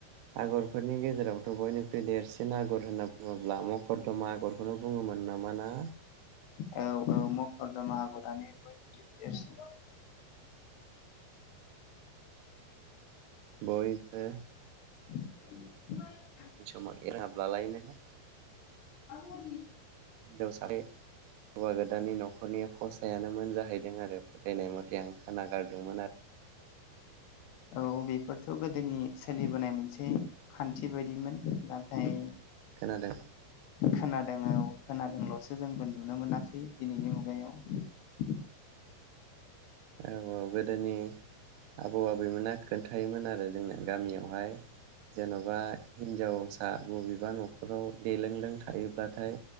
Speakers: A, on the right; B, on the left.
A: आगरफोरनि गेजेरावथ' बयनिख्रुइ देरसिन आगर होनना बुङोब्ला मखरदमा आगरखौनो बुङोमोन नमा ना
B: औ ओ मखरदमा आगरानो बयनिख्रुइबो देरसिन
A: बयबो
B: <unintelligible>
A: बि समाव एरहाब्लालायनो
B: दा हरनि
A: हिनजावसानि हौवा गोदाननि न'खरनि फसायानोमोन जाहैदों आरो फोथायनाय मथे आं खोनागारदोंमोन आरो
B: औ बेफोरथ' गोदोनि सोलिबोनाय मोनसे खान्थि बायदिमोन नाथाय
A: खोनादों
B: खोनादों औ खोनादोंल'सो जोंबो नुनो मोनाखै दिनैनि मुगायाव
A: औ औ गोदोनि आबौ आबैमोना खोन्थायोमोन आरो जोंना गामियावहाय जेन'बा हिनजावसा आ बबेबा न'खराव देलों लों थायोब्लाथाय